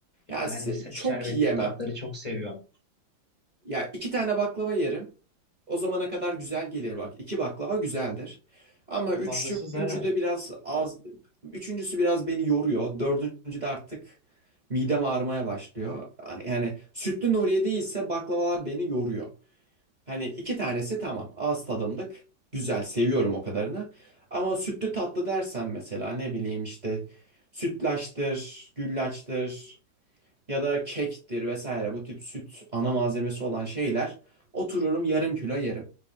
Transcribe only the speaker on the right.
Ya
se-
çok
yiyemem.
Ya iki tane baklava yerim. O zamana kadar güzel gelir bak. İki baklava güzeldir. Ama üçüncü
de biraz az. Üçüncüsü biraz beni yoruyor. Dördüncü de artık midem ağrımaya başlıyor. Yani sütlü Nuriye değilse baklavalar beni yoruyor. Hani iki tanesi tamam. Ağız tadımlık. Güzel. Seviyorum o kadarını. Ama sütlü tatlı dersen mesela ne bileyim işte sütlaçtır, güllaçtır ya da kektir vesaire bu tip süt ana malzemesi olan şeyler otururum yarım kilo yerim.